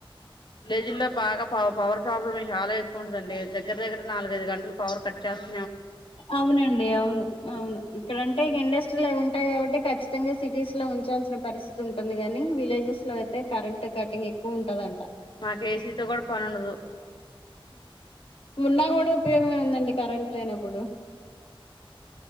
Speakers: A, on the left (about 50°); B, on the left (about 70°).
A: జి లో బాగా పవర్ ప్రాబ్లం చాలా ఎక్కువు ఉుందండి దగ్గ దగ్గర నాలుగ ఐదు గంటలు పవర్ కట్ చేస్త
B: అవునండి అవును అవును ఇక్కడంటేెండ లు ఉంటాయిబట్టి ఖచ్చ ముతంగా సిటీస్ లో ఉంచాల్సిన పరిస్థితి ఉంటుంది కాని విలేజెస్ లో అయితే కరెంట్ కటింగ్ ఎక్కువ ఉంటదంట
A: మాకు ఏసీతోో కూడా పని ఉండదు
B: ఉన్నాా కూడా ఉపయోగమే ందండి కరెంట్ లేనప్పుడు